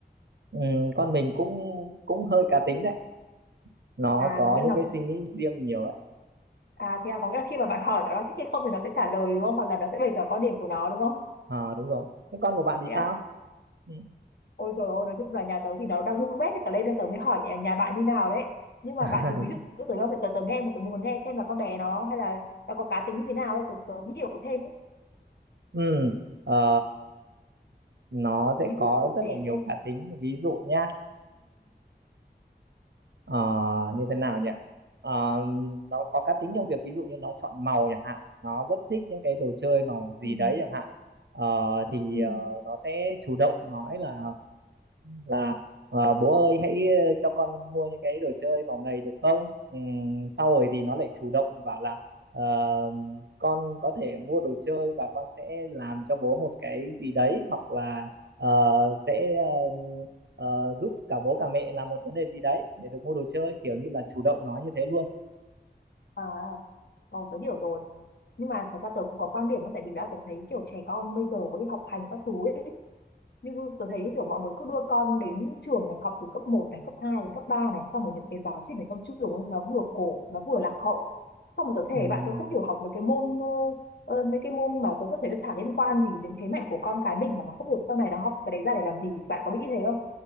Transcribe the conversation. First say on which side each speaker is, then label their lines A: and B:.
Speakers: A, on the right; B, on the left.
A: ừ, con mình cũng cũng hơi cá tính đấy nó
B: À,
A: có
B: có nghĩa là
A: những cái
B: nó
A: suy nghĩ riêng nhiều đấy
B: À thế à, có nghĩa là khi mà bạn hỏi nó là thích hay không thì nó sẽ trả lời đúng không? Hoặc là nó sẽ bày tỏ quan điểm của nó đúng không?
A: à, đúng rồi thế con của bạn thì
B: Thế
A: sao
B: á,
A: ừ.
B: ôi rồi ôi, nói chung là nhà tớ thì nó đang bung bét hết cả lên nên tớ mới hỏi nhà, nhà bạn như nào đấy. Nhưng mà
A: <laughs>
B: bạn thử ví dụ tớ đâu phải tớ, tớ nghe một tớ muốn nghe xem là con bé nó hay là nó có cá tính như thế nào ấy, tớ, tớ hiểu thêm ấy.
A: Ừ, ờ, nó sẽ
B: Ví
A: có
B: dụ cụ
A: rất
B: thể
A: là nhiều
B: xem.
A: cá tính ví dụ nhá Ờ, như thế nào nhỉ Ờ, nó có cá tính trong việc ví dụ như nó chọn màu chẳng hạn nó rất thích những cái đồ chơi màu gì
B: Ừ.
A: đấy chẳng hạn Ờ, thì
B: Ừ.
A: ờ, nó sẽ chủ động nói là là ờ, bố ơi hãy ờ, cho con mua những cái đồ chơi màu này được không Ừm, sau rồi thì nó lại chủ động bảo là ờ, con có thể mua đồ chơi và con sẽ làm cho bố một cái gì đấy hoặc là ờ, sẽ ờ, ờ, giúp cả bố cả mẹ làm một vấn đề gì đấy để được mua đồ chơi kiểu như là chủ động nói như thế luôn
B: À, ờ, tớ hiểu rồi. Nhưng mà thật ra tớ cũng có quan điểm đó tại vì đã tớ thấy kiểu trẻ con bây giờ ấy, học hành các thứ ấy như tôi thấy kiểu mọi người cứ đưa con đến trường này học từ cấp một này cấp 2 đến cấp 3 này xong rồi những cái giáo trình ở trong trường ấy, nó vừa cổ nó vừa lạc hậu xong rồi tôi thể
A: ừ,
B: bạn tôi không hiểu học mấy cái môn ờ, ờ, mấy cái môn mà tôi có thể nó chả liên quan gì đến thế mạnh của con cái mình cả mà không hiểu sau này nó học cái đấy ra để làm gì bạn có nghĩ thế không